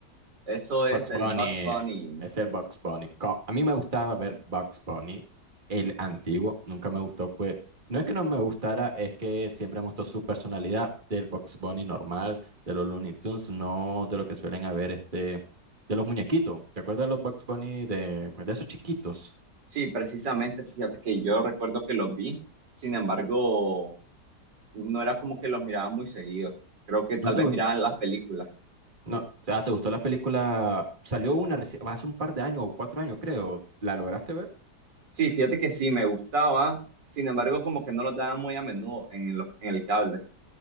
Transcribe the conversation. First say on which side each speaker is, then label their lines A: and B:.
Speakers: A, on the right; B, on the right.
A: Eso es
B: Bugs
A: el
B: Bunny
A: Bugs Bunny.
B: es el Bugs Bunny. Co- A mí me gustaba ver Bugs Bunny, el antiguo. Nunca me gustó, pues. No es que no me gustara, es que siempre me gustó su personalidad del Bugs Bunny normal, de los Looney Tunes, no de lo que suelen haber este, de los muñequitos. ¿Te acuerdas de los Bugs Bunny de, pues, de esos chiquitos?
A: Sí, precisamente, fíjate que yo recuerdo que los vi, sin embargo, no era como que los miraba muy seguido. Creo que tal
B: ¿No te
A: vez
B: gustó?
A: miraban las películas.
B: No, o sea, ¿te gustó la película? Salió una reci- hace un par de años o cuatro años, creo. ¿La lograste ver?
A: Sí, fíjate que sí, me gustaba, sin embargo, como que no los daban muy a menudo en los- en el cable.